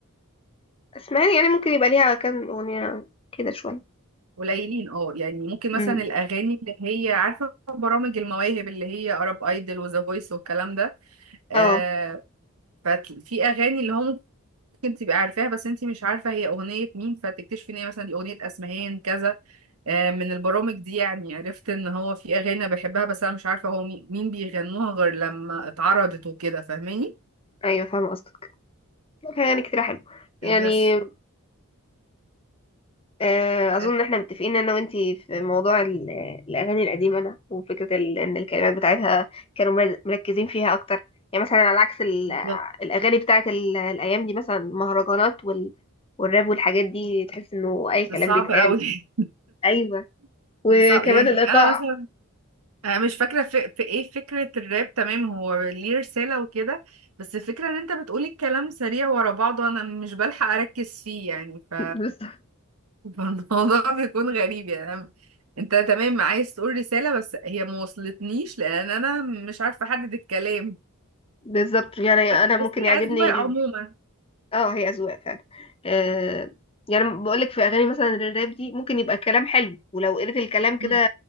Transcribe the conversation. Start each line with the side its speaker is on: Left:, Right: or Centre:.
Left: اسمعني يعني ممكن يبقى ليها كام اغنية كده شوية
Right: قليلين اه يعني ممكن مثلا
Left: امم
Right: الاغاني اللي هي عارفه برامج المواهب اللي هي ارب ايدل وذا فويس والكلام ده آه،
Left: اه
Right: ففي اغاني اللي هو ممكن تبقى عارفاها بس انت مش عارفة هي أغنية مين فتكتشفي ان هي مثلا دي أغنية أسمهان كذا آه، من البرامج دي يعني عرفت ان هو في أغاني أنا بحبها بس انا مش عارفة هو مين مين بيغنوها غير لما اتعرضت وكده فاهماني
Left: ايوه فاهمة قصدك كان يعني كتير حلو يعني
Right: بس
Left: آه، اظن
Right: آه،
Left: ان احنا متفقين انا وانتي في موضوع ال- الاغاني القديمة ده وفكرة ال- ان الكلمات بتاعتها كانوا مرز- مركزين فيها اكتر يعني مثلا على عكس ال-
Right: بالظبط
Left: الاغاني بتاعت ال- الايام دي مثلا المهرجانات وال- والراب والحاجات دي تحس انه اي كلام
Right: ده صعب
Left: بيتقال
Right: قوي
Left: ايوه
Right: <laughs>
Left: وكمان
Right: ده صعب يعني
Left: الايقاع
Right: انا مثلا انا مش فاكرة في, في ايه فكرة الراب تمام هو ليه رسالة وكده بس الفكرة ان انت بتقولي الكلام سريع ورا بعضه انا مش بلحق اركز فيه يعني ف
Left: <laughs> بالظبط
Right: فالموضوع <laughs> بيكون غريب يعني أنا- انت تمام عايز تقول رسالة بس هي ما وصلتنيش لان انا مش عارفة احدد الكلام
Left: بالظبط يعني انا
Right: بس بس
Left: ممكن
Right: هي
Left: يعجبني
Right: اذواق عموما
Left: اه هي اذواق فعلا آه يعني بقول لك في اغاني مثلا الراب دي ممكن يبقى الكلام حلو ولو قريت الكلام كده
Right: مم.